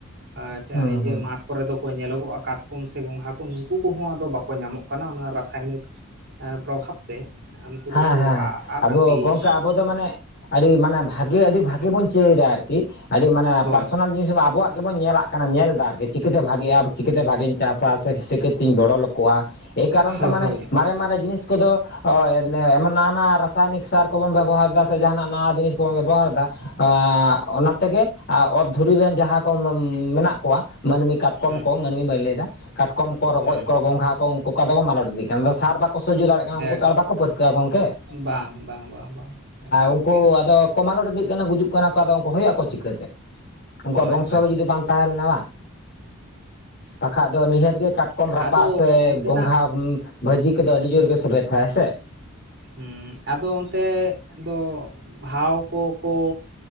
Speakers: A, on the right (about 50°); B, on the left (about 50°).
A: ᱟᱪᱪᱷᱟ
B: ᱦᱩᱸ
A: ᱤᱭᱟᱹ
B: ᱦᱩᱸ
A: ᱢᱟᱴᱷ ᱠᱚᱨᱮ ᱫᱚ ᱠᱚ ᱧᱮᱞᱚᱜᱚᱜᱼᱟ, ᱠᱟᱴᱠᱚᱢ ᱥᱮ ᱜᱚᱜᱷᱟ ᱠᱚ ᱱᱩᱠᱩ ᱠᱚᱦᱚᱸ ᱟᱫᱚ ᱵᱟᱠᱚ ᱧᱟᱢᱚᱜ ᱠᱟᱱᱟ᱾ ᱚᱱᱟ ᱨᱟᱥ-ᱼ <unintelligible> ᱯᱨᱚᱵᱷᱟᱵᱽ ᱛᱮ ᱩᱱᱠᱩ
B: ᱦᱮᱸ
A: ᱫᱚᱠᱚ
B: ᱦᱮᱸ
A: ᱟᱫ
B: ᱟᱵᱚ
A: ᱦᱟᱹᱯᱤᱭ
B: ᱜᱚᱝᱠᱮ
A: ᱠᱟᱱᱟ
B: ᱟᱵᱚ ᱫᱚ ᱢᱟᱱᱮ ᱟᱹᱰᱤ ᱢᱟᱱᱮ ᱵᱷᱟᱜᱮ ᱟᱹᱰᱤ ᱵᱷᱟᱜᱮ ᱵᱚᱱ ᱪᱟᱹᱭ ᱮᱫᱟ ᱟᱨᱠᱤ ᱟᱹᱰᱤ ᱢᱟᱱᱮ
A: ᱦᱳᱭ
B: ᱯᱟᱨᱥᱚᱱᱟᱞ ᱡᱤᱱᱤᱥ ᱟᱵᱚᱣᱟᱜ ᱜᱮᱵᱚᱱ ᱧᱮᱞᱟᱜ ᱠᱟᱱᱟ ᱧᱮᱞ ᱮᱫᱟ ᱟᱨᱠᱤ ᱪᱤᱠᱟᱹᱛᱮ ᱵᱷᱟᱜᱤ ᱟᱨ ᱪᱤᱠᱟᱹᱛᱮ ᱵᱷᱟᱜᱮ ᱪᱟᱥᱟ ᱥᱮ ᱥᱮᱠᱟᱛᱤᱧ ᱵᱚᱲᱚ ᱞᱳᱠᱳᱜᱼᱟ ᱮᱭ ᱠᱟᱨᱚᱱ ᱛᱮ
A: ᱚᱱᱟ
B: ᱢᱟᱱᱮ ᱢᱟᱨᱮ ᱢᱟᱨᱮ ᱡᱤᱱᱤᱥ ᱠᱚᱫᱚ ᱮᱢᱚᱱ ᱱᱟᱣᱟ ᱱᱟᱣᱟ ᱨᱟᱥᱟᱭᱱᱤᱠ ᱥᱟᱨ ᱠᱚᱵᱚᱱ ᱵᱮᱵᱚᱦᱟᱨ ᱫᱟ, ᱥᱮ ᱡᱟᱦᱟᱱᱟᱜ ᱱᱟᱣᱟ ᱡᱤᱱᱤᱥ ᱠᱚᱵᱚᱱ ᱵᱮᱵᱚᱦᱟᱨ ᱫᱟ ᱚᱱᱟ ᱛᱮᱜᱮ ᱚᱛ ᱫᱷᱩᱨᱤ ᱨᱮᱱ ᱡᱟᱦᱟᱸ ᱠᱚ ᱢᱮᱱᱟᱜ ᱠᱚᱣᱟ ᱢᱟᱹᱱᱢᱤ ᱠᱟᱴ ᱠᱚᱢ
A: ᱦᱮᱸ
B: ᱠᱚ ᱢᱟᱹᱱᱢᱤ ᱵᱟᱹᱧ ᱞᱟᱹᱭ ᱫᱟ ᱠᱟᱴᱠᱚᱢ ᱠᱚ ᱨᱚᱠᱚᱡᱽ
A: ᱦᱮᱸ
B: ᱠᱚ ᱜᱚᱸᱜᱷᱟ ᱩᱱᱠᱩ ᱚᱝᱠᱟ ᱫᱚ ᱠᱚ ᱢᱟᱞᱚᱴ ᱤᱫᱤᱜ ᱠᱟᱱᱟ᱾ ᱥᱟᱨ ᱵᱟᱠᱚ ᱥᱚᱡᱡᱚ ᱫᱟᱲᱮᱭᱟᱜ ᱠᱟᱱᱟ ᱩᱱᱠᱩ
A: ᱮᱠ
B: ᱛᱚ ᱟᱨ ᱵᱟᱠᱚ ᱯᱟᱹᱨᱠᱟᱹᱜᱟ ᱜᱚᱢᱠᱮ ᱦᱮᱸ
A: ᱵᱟᱝ ᱵᱟᱝ ᱵᱟᱝ ᱵᱟᱝ ᱮᱠᱟᱞ
B: ᱩᱱᱠᱩ
A: ᱛᱮᱜᱮ
B: ᱟᱫᱚ ᱠᱚ ᱢᱟᱞᱚᱴ ᱤᱫᱤᱜ ᱠᱟᱱᱟ, ᱜᱩᱡᱩᱜ ᱠᱟᱱᱟ ᱠᱚ ᱟᱫᱚ ᱩᱱᱠᱩ ᱦᱩᱭᱩᱜ ᱟᱠᱚ ᱪᱤᱠᱟ ᱛᱮ? ᱩᱱᱠᱩᱣᱟᱜ
A: ᱦᱳᱭ
B: ᱵᱚᱝᱥᱚ
A: ᱦᱳᱭ
B: ᱜᱮ ᱡᱩᱫᱤ ᱵᱟᱝ ᱛᱟᱦᱮᱸ ᱞᱮᱱᱟ ᱵᱟᱝ ᱵᱟᱠᱷᱟᱡ ᱫᱚ ᱱᱤᱦᱟᱹᱛ ᱜᱮ ᱠᱟᱴᱠᱚᱢ ᱨᱟᱯᱟᱜ
A: ᱟᱫᱚ
B: ᱥᱮ
A: ᱚᱱᱛᱮᱱᱟᱜ
B: ᱜᱚᱜᱷᱟ ᱵᱷᱟᱡᱤ ᱠᱚᱫᱚ ᱟᱹᱰᱤ ᱡᱳᱨ ᱜᱮ ᱥᱮᱵᱮᱞ ᱛᱟᱦᱮᱸ ᱦᱮᱸ ᱥᱮ?
A: ᱦᱮᱸ ᱟᱫᱚ ᱚᱱᱛᱮ ᱫᱚ ᱦᱟᱣ ᱠᱚ ᱠᱚ